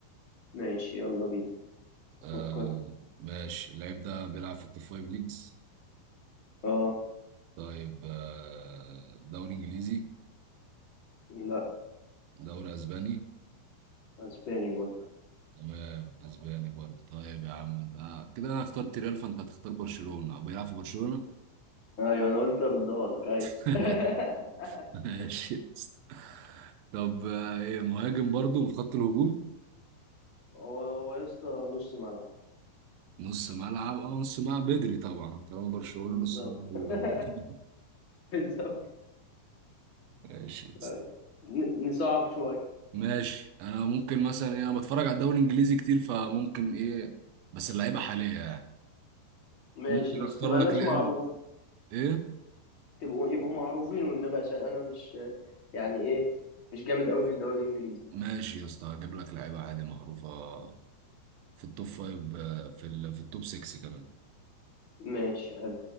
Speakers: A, on the left; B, on the right.
A: ماشي يلا بينا
B: آه،
A: فكرت
B: ماشي اللعيب ده بيلعب في التوب فايف ليجز
A: اه
B: طيب آه، دوري انجليزي
A: لا
B: دوري اسباني
A: اسباني برضه
B: تمام اسباني برضه طيب يا عم آه. كده انا اخترت ريال فانت هتختار برشلونة او بيلعب في برشلونة
A: ايوه انا قلت اردها لك ايوه
B: <laughs>
A: <laughs>
B: ماشي يا اسطى. طب آه، ايه مهاجم برضه في خط الهجوم
A: هو هو يا اسطى نص ملعب
B: نص ملعب اه نص ملعب بدري طبعا طالما برشلونة
A: بالظبط
B: نص ملعب بيبقى
A: <laughs>
B: بدري
A: بالظبط
B: ماشي يا اسطى.
A: أيوة. ن- نصعب شويه
B: ماشي انا ممكن مثلا ايه انا بتفرج على الدوري الانجليزي كتير فممكن ايه بس اللعيبه حاليه يعني
A: ماشي
B: ممكن
A: بس
B: اختار
A: تبقى
B: لك
A: ناس
B: لاعب
A: معروفه
B: ايه
A: تبقوا يبقوا معروفين والنبي عشان انا مش يعني ايه مش جامد قوي في الدوري الانجليزي
B: ماشي يا اسطى هجيب لك لعيبه عادي معروفه في التوب فايف آه، في ال... في التوب 6 كمان
A: ماشي حلو